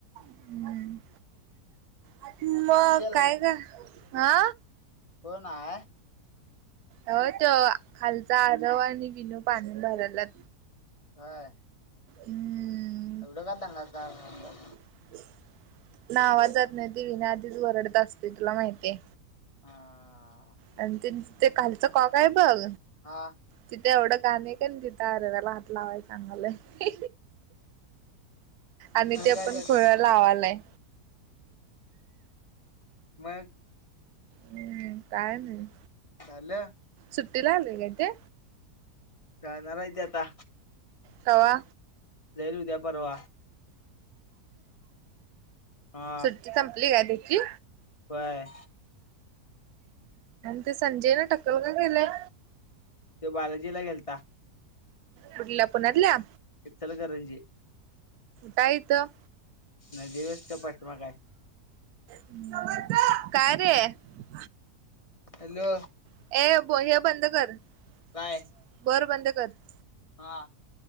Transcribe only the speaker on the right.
हम्म आणि मग
काय गं हा
हो तो खालचा आरव आणि विनू पाणी भरायल्यात
हम्म
हितन आवाज जात नाही विन्या आधीच वरडत असतंय तुला माहितीय
आणि ते खालचं कॉक हाय बघ
तिथे एवढं घाण आहे कणी अरेव्याला हात लावायला सागालंय आणि
ते
पण
खुळ लावालंय
हम्म काय नाही
सुट्टी लागली की ते
कवा
सुट्टी संपली काय तिथली
ते संजयने टकल का केलंय
कुठल्या पुण्यातल्या?
काय इथं
<unintelligible>
<unintelligible>
<unintelligible>